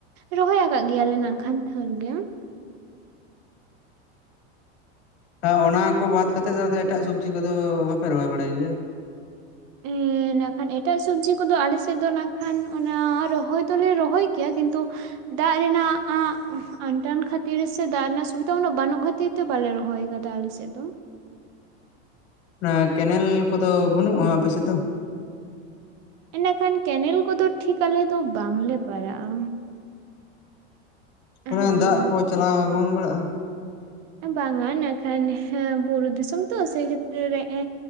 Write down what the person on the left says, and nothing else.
ᱦᱮ ᱚᱱᱟ ᱠᱚ ᱵᱟᱫ ᱠᱟᱛᱮᱫ ᱫᱚ ᱟᱫᱚ ᱮᱴᱟᱜ ᱥᱚᱵᱡᱤ ᱠᱚᱫᱚ ᱵᱟᱯᱮ ᱨᱚᱦᱚᱭ ᱵᱟᱲᱟᱭ ᱜᱮᱭᱟ
ᱚᱱᱟ ᱠᱮᱱᱮᱞ ᱠᱚᱫᱚ ᱵᱟᱹᱱᱩᱜᱼᱟ ᱟᱯᱮ ᱥᱮᱫ ᱫᱚ᱾
ᱚᱱᱮ ᱫᱟᱜ ᱠᱚ ᱪᱟᱞᱟᱣ ᱵᱟᱝ ᱵᱟᱲᱟᱜᱼᱟ᱾